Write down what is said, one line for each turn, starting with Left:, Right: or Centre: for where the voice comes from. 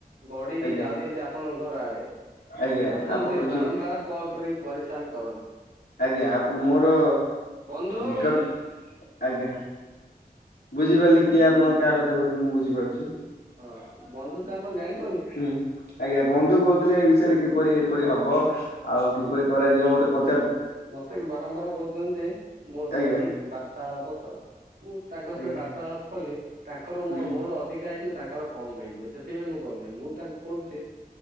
Right: ଗଡିକି
Left: ଆଜ୍ଞା
Right: ଯାଉଛନ୍ତି ଆପଣଙ୍କ ଘର ଆଡେ।।
Left: ଆଜ୍ଞା
Right: ଆପଣ ଯିଏ ବାରମ୍ବାର
Left: ଯୋଉ
Right: କଲ୍ କରିକି ପରିଶାନ କରନ୍ତି।
Left: ଆଜ୍ଞା ଆ ମୋର
Right: ବନ୍ଧୁ
Left: ନିକଟ ଆଜ୍ଞା। ବୁଝିପାରିଲି କିଏ ଆପଣ କାହା କଥା କହୁଛନ୍ତି ମୁଁ ବୁଝିପାରୁଛି।
Right: ହଁ ବନ୍ଧୁ ତ ଆମଣ ଜାଣି
Left: ହୁଁ ଆଜ୍ଞା ବନ୍ଧୁ କହୁଥିଲେ ଏ ବିଷୟରେ କିପରି ଏପରି ହବ। ଆଉ
Right: ହଁ।
Left: କିପରି କରାଯିବ ମତେ ପ
Right: ମତେ ବାରମ୍ବାର କହୁଛନ୍ତି ଯେ ମୋ ସହିତ
Left: ଆଜ୍ଞା
Right: ଆସିିକି ବାର୍ତାଳାପ କର ମୁଁ ତାଙ୍କ
Left: ଆଜ୍ଞା
Right: ସହିତ ବାର୍ତ୍ତାଳାପ କଲେ ତାଙ୍କର ମୋ
Left: ହୁଁ
Right: ମୋର ଅଧିକା ହେଇଯିବ ତାଙ୍କର କମ ହେଇଯିବ ସେଥିପାଇଁ ମୁଁ କରୁନେଇ ମୁଁ ତାଙ୍କୁ କହୁଚି ଯେ